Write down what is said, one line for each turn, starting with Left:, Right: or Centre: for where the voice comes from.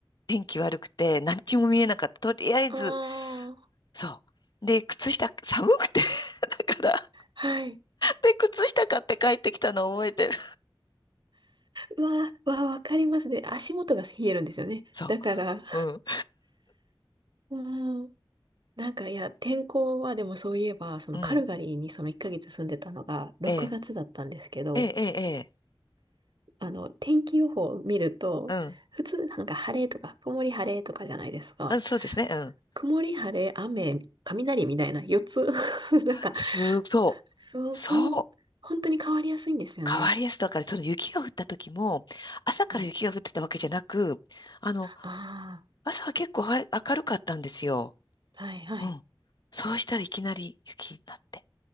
Left: 天気悪くて、何にも見えなかった。とりあえず、
Right: ああ、
Left: そう。で、靴下、寒くて <laughs> だから、
Right: はい。
Left: で、靴下買って帰ってきたのを覚えてる。
Right: うわあ、わあ、わかりますね。足元が冷えるんですよね。
Left: そ
Right: だから、<laughs>
Left: う。うん。
Right: うん。なんか、いや、天候はでもそういえば、そのカルガリーにその1ヶ月住んでたのが6月だったんですけど、
Left: うん。ええ、ええ、ええ、ええ
Right: あの、天気予報を見ると、
Left: うん。
Right: 普通なんか晴れとか曇り晴れとかじゃないですか。
Left: あ、そうですね。うん。
Right: 曇り、晴れ、雨、雷みたいな4つ <laughs> なんか、
Left: す、そう。
Right: そ、
Left: そう。
Right: そん、本当に変わりやすいんですよね。
Left: 変わりやすさだから、その雪が降った時も、朝から雪が降ってたわけじゃなく、
Right: うん。
Left: あの、
Right: あ
Left: 朝は結構は明るかったんですよ。
Right: あ、はいはい。
Left: うん。そうしたらいきなり雪になって。